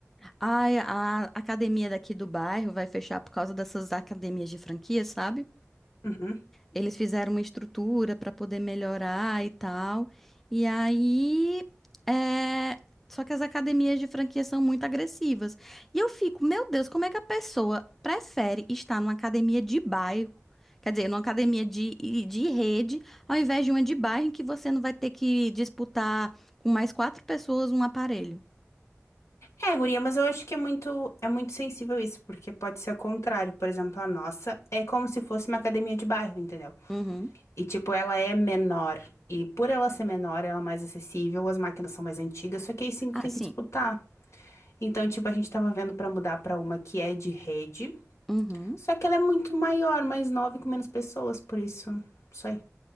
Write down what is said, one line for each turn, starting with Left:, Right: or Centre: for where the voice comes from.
Centre: Ai, a academia daqui do bairro vai fechar por causa dessas academias de franquia, sabe?
Left: Uhum.
Centre: Eles fizeram uma estrutura para poder melhorar e tal. E aí, é, só que as academias de franquia são muito agressivas. E eu fico, meu Deus, como é que a pessoa prefere estar numa academia de bairro, quer dizer, numa academia de, de rede, ao invés de uma de bairro em que você não vai ter que disputar com mais quatro pessoas um aparelho?
Left: É, guria, mas eu acho que é muito, é muito sensível isso, porque pode ser o contrário. Por exemplo, a nossa é como se fosse uma academia de bairro, entendeu?
Centre: Uhum.
Left: E, tipo, ela é menor. E por ela ser menor, ela é mais acessível, as máquinas são mais antigas, só que aí sim tu
Centre: Ah,
Left: tem
Centre: sim.
Left: que disputar. Então, tipo, a gente tava vendo pra mudar pra uma que é de rede,
Centre: Uhum.
Left: só que ela é muito maior, mais nova e com menos pessoas, por isso, isso aí.